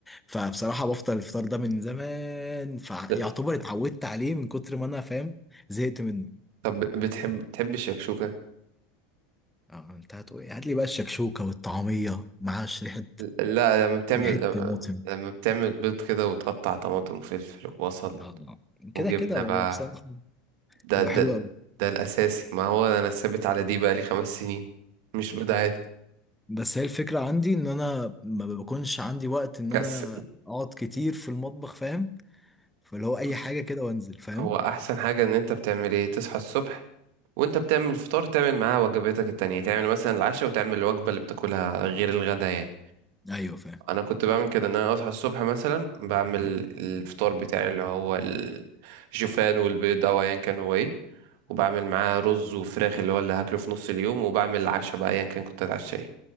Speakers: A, in the centre; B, on the right.
A: فبصراحه بفطر الفطار ده من زمان فيعتبر
B: لا
A: اتعودت عليه من كتر ما انا فاهم زهقت منه
B: طب بتحب بتحب الشكشوكة
A: اه انت هتقول إيه؟ هات لي بقى الشكشوكه والطعميه مع ريحه
B: لا لما بتعمل
A: ريحه
B: لما
A: طماطم
B: لما بتعمل بيض كده وتقطع طماطم وفلفل وبصل
A: آه، كده
B: وجبنة
A: كده هو
B: بقى
A: بصراحه
B: ده
A: تبقى
B: ده
A: حلوه قوي
B: ده الأساسي ما هو أنا ثابت على دي بقالي خمس سنين مش بدعات
A: بس هي الفكرة عندي ان انا ما بكونش عندي وقت ان
B: كسل
A: انا اقعد كتير في المطبخ فاهم فاللي هو اي
B: بص
A: حاجة كده وانزل فاهم
B: هو أحسن حاجة إن أنت بتعمل إيه تصحى الصبح وأنت بتعمل الفطار تعمل معاه وجباتك التانية تعمل مثلا العشاء وتعمل الوجبة اللي بتاكلها غير الغدا يعني
A: ايوه فاهم
B: أنا كنت بعمل كده إن أنا أصحى الصبح مثلا بعمل الفطار بتاعي اللي هو الشوفان والبيض أو أيا كان هو إيه وبعمل معاه رز وفراخ اللي هو اللي هاكله في نص اليوم وبعمل العشاء بقى ايا كان كنت هتعشى ايه